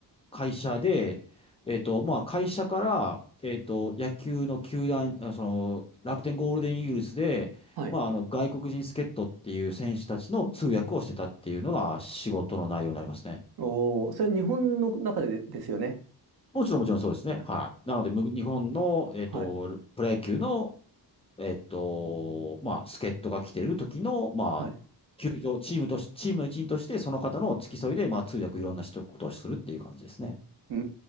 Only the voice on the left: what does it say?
会社で、えっと、まあ、会社から、えっと、野球の球団、あその、楽天ゴールデンイーグルスで、
まあ、あの、外国人助っ人っていう選手たちの通訳をしてたっていうのが仕事の内容になりますね。
もちろん、もちろんそうですね。はい。なので、む日本の、えっと、
プロ野球の、えっと、まあ、助っ人が来てる時の、まあ、
球場、チームとし、チームの一員として、その方の付き添いで、まあ、通訳いろんな人、ことをするっていう感じですね。